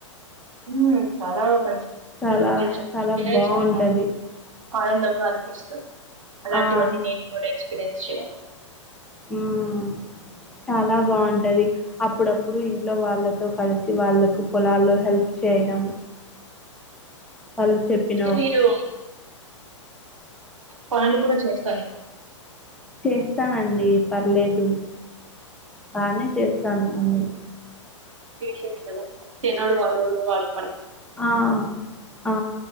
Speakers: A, on the right; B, in the centre.
A: ఉం చాలా మంచిగుంటుంది
B: చాలా
A: మీరు చెప్తుంటేనే
B: చాలా బాగుంటది
A: చాలా ఆనందంగా అనిపిస్తుంది. అలాంటివన్నీ
B: ఆ
A: నేను కూడా ఇక్కడ ఏమ్ చెయ్యను
B: హ్మ్ చాలా బాగుంటది. అప్పుడప్పుడు ఇంట్లో వాళ్ళతో కలిసి వాళ్ళకు పొలాల్లో హెల్ప్ చేయడం. వాళ్ళు చెప్పినావ్
A: అయితే మీరు పనులు కూడా చేస్తాయి.
B: చేస్తానండి పర్లేదు బానే చేస్తాను అండి.
A: మంచి విషయమే కదా చదోడు వాదోడు వాడు
B: ఆ ఆ